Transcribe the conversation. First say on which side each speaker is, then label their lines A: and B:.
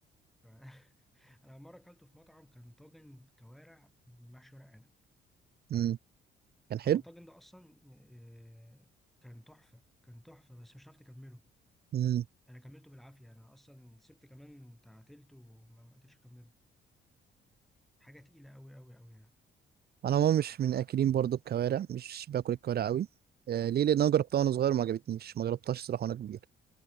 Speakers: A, in the centre; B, on the right (about 50°).
A: ف <laughs> انا مره اكلته في مطعم كان طاجن كوارع محشي ورق عنب
B: امم كان
A: هو
B: حلو
A: الطاجن ده اصلا آه، كان تحفه كان تحفه بس مش عارف تكمله
B: مم.
A: انا كملته بالعافيه انا اصلا سبت كمان بتاع تلته وما ما قدرتش اكمله حاجه تقيله قوي قوي قوي يعني
B: انا ما مش من اكلين برضو الكوارع مش باكل الكوارع قوي آه ليه لان انا جربتها
A: مم.
B: وانا صغير ما عجبتنيش ما جربتهاش صراحه وانا كبير